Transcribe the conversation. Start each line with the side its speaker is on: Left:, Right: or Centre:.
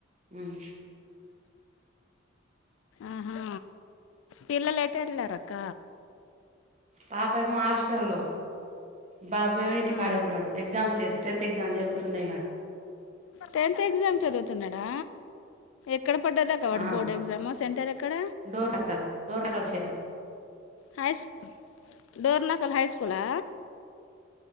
Right: ఉమ్
Left: ఆహా పిల్లలు ఎట వెళ్ళారక్క
Right: పాప ఏమో హాస్టల్లో బాబు ఏమో ఇంటి
Left: ఆ
Right: కాడే ఉన్నాడు ఎగ్జామ్స్ లేదు టెన్త్ ఎగ్జామ్ జరుగుతున్నాయిగా
Left: టెన్త్ ఎగ్జామ్ చదువుతున్నాడా ఎక్కడ పడ్డదా కాబట్టి
Right: ఆ
Left: బోర్డు ఎగ్జామ్ సెంటర్ ఎక్కడ
Right: డోర్ నకల్ డోర్ నకల్ షేర్
Left: హైస్ డోర్నాకల్ హై స్కూలా